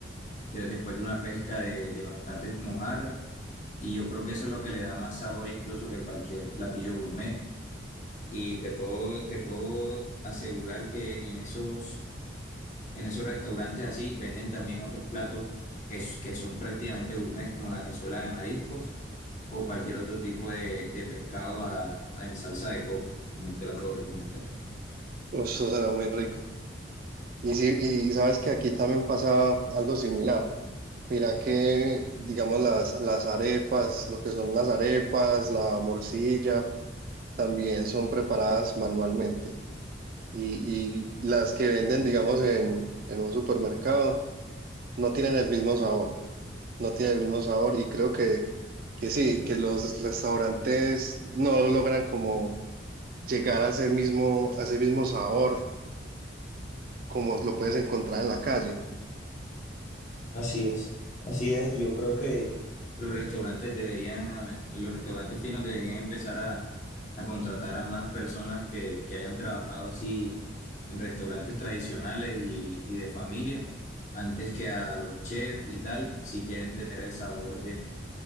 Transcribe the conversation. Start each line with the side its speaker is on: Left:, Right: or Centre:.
Left: de- después de una pesca de, de bastantes mojarras. Y yo creo que eso es lo que le da más sabor incluso que cualquier platillo gourmet. Y te puedo, te puedo asegurar que en esos En esos restaurantes así venden también otros platos que, s- que son prácticamente gourmet, como la cazuela de mariscos o cualquier otro tipo de, de pescado a- a- en salsa de coco. También te la puedo recomendar.
Right: eso será muy rico. Y, sí, y sabes que aquí también pasa algo similar. Mira que, digamos, las, las arepas, lo que son las arepas, la morcilla. también son preparadas manualmente y, y las que venden, digamos, en, en un supermercado no tienen el mismo sabor, no tienen el mismo sabor y creo que, que sí, que los restaurantes no logran como llegar a ese mismo, a ese mismo sabor como lo puedes encontrar en la calle.
Left: Así es, así es. Yo creo que Los restaurantes deberían, a- los restaurantes finos deberían empezar a, a contratar a más personas que, que hayan trabajado así en restaurantes tradicionales y, y de familia, antes que a los chefs y tal, si quieren tener el sabor